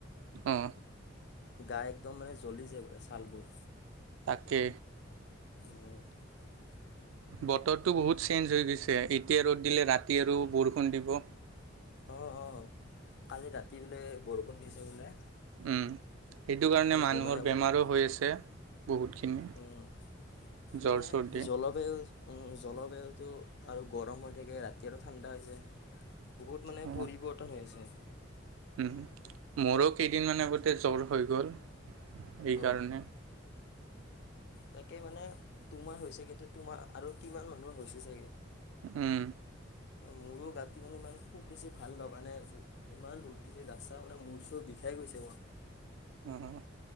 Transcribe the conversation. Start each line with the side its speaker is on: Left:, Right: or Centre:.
Right: হম।
Left: গাই একদম মানে জ্বলি যায় বো ছালবোৰ।
Right: তাকে।
Left: উম'। <unintelligible>
Right: বতৰটো বহুত চেঞ্চ হৈ গৈছে এতিয়া ৰ'দ দিলে, ৰাতি আৰু বৰষুণ দিব।
Left: অহ', অহ' কালি ৰাতি বোলে বৰষুণ দিছে বোলে।
Right: উম' সেইটো কাৰণে
Left: মই
Right: মানুহৰ
Left: গমেই নাপাওঁ
Right: বেমাৰো হৈ আছে। বহুতখিনি
Left: উম'
Right: জ্বৰ
Left: মানে
Right: চৰ্দি
Left: জলবায়ু। উম' জলবায়ুতটো আৰু গৰম হৈ থাকে ৰাতি আৰু ঠাণ্ডা হৈছে। বহুত মানে
Right: অ',
Left: পৰিৱৰ্তন হৈ আছে।
Right: উম' মোৰো কেইদিনমান আগতে জ্বৰ হৈ গ'ল। এই
Left: অঁ
Right: কাৰণে।
Left: তাকে মানে তোমাৰ হৈছে কিন্তু তোমাৰ আৰু কিমান মানুহৰ হৈছে চাগে।
Right: হম।
Left: মোৰো গাঁতো মানো ইমান খুব বেছি ভাল লগা নাই আজি, ইমান ৰ'দ দিছে গা ছা মানে মূৰ চুৰ বিষাই। শেষ হৈছে ওৱান।
Right: উম', উম'